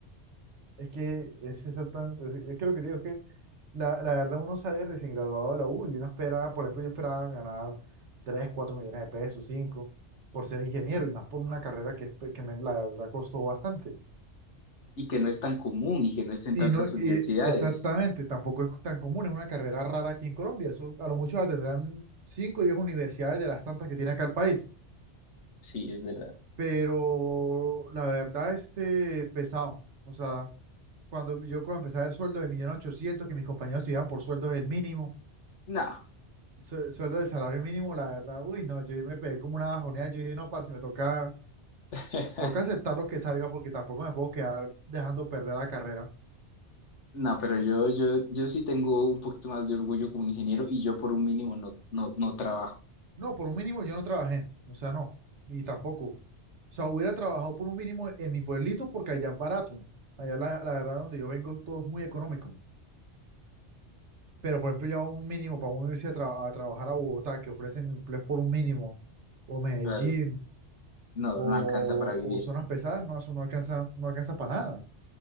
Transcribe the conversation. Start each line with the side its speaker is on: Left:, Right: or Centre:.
Right: Es que es exactamente, es, es que lo que te digo es que la, la verdad uno sale recién graduado de la U y uno espera, por ejemplo, yo esperaba ganar 3 4 millones de pesos, 5 por ser ingeniero y más por una carrera que, pues, que me, la verdad costó bastante.
Left: y que no es tan común y que no esté en
Right: Y
Left: tantas
Right: no, y
Left: universidades.
Right: exactamente, tampoco es tan común, es una carrera rara aquí en Colombia. Eso a lo mucho la tendrán 5 o 10 universidades de las tantas que tiene acá el país.
Left: Sí, es verdad.
Right: Pero la verdad, este, pesado. O sea, Cuando yo cuando empecé a ver sueldos de 1.800.000, que mis compañeros se iban por sueldos del mínimo,
Left: No.
Right: sue- sueldo de salario mínimo, la verdad, uy, no, yo me pegué como una bajoneada, yo dije, no, parce, me toca,
Left: <laughs>
Right: toca aceptar lo que salga porque tampoco me puedo quedar dejando perder la carrera.
Left: No, pero yo, yo, yo sí tengo un poquito más de orgullo como ingeniero y yo por un mínimo no, no, no trabajo.
Right: No, por un mínimo yo no trabajé, o sea, no, y tampoco. O sea, hubiera trabajado por un mínimo en mi pueblito porque allá es barato. Allá la, la verdad donde yo vengo todo es muy económico. Pero por ejemplo, ya un mínimo para uno irse a, tra- a trabajar a Bogotá, que ofrecen empleos por un mínimo, o Medellín
Left: Claro, no,
Right: o,
Left: no alcanza para vivir.
Right: o zonas pesadas, no, eso no alcanza, no alcanza para nada,